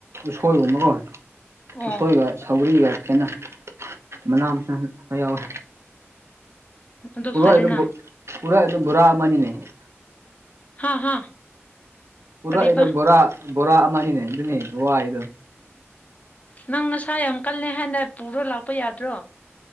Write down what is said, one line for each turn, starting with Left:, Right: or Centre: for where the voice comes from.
Right: ꯎꯁꯣꯏꯒꯨꯝꯕꯀꯣ
Left: ꯑꯣ
Right: ꯎꯁꯣꯏꯒ ꯁꯧꯒꯔꯤꯒ ꯈꯦꯠꯟꯅ ꯃꯅꯥ ꯃꯁꯤꯡ ꯈꯔꯥ ꯌꯥꯎꯋꯤ
Left: ꯑꯗꯨ
Right: ꯄꯨꯔꯥꯗ
Left: ꯐꯔꯦꯅ
Right: ꯄꯨꯔꯥ ꯑꯩ <unintelligible> ꯗ ꯕꫭꯔꯥ ꯑꯃꯅꯤꯅꯤꯅꯦ
Left: ꯍꯥ ꯍꯥ
Right: ꯄꯨꯔꯛꯏꯗꯣ
Left: ꯀꯔꯤꯕ
Right: ꯕꯣꯔꯥ ꯕꯣꯔꯥ ꯑꯃꯅꯤꯅꯦ ꯑꯗꯨꯅꯤ ꯋꯥꯏꯗꯣ
Left: ꯅꯪ ꯅꯁꯥ ꯌꯥꯝ ꯀꯜꯂꯦ ꯍꯥꯏꯅ ꯄꯨꯔ ꯂꯥꯛꯄ ꯌꯥꯗ꯭ꯔꯣ